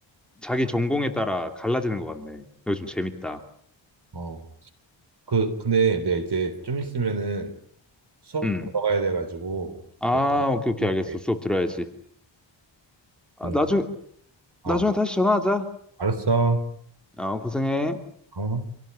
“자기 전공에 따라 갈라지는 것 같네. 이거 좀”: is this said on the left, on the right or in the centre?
Centre